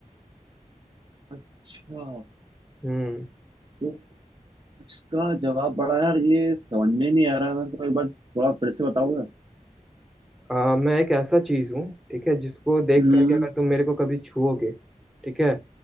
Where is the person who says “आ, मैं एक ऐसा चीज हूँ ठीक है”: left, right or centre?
Centre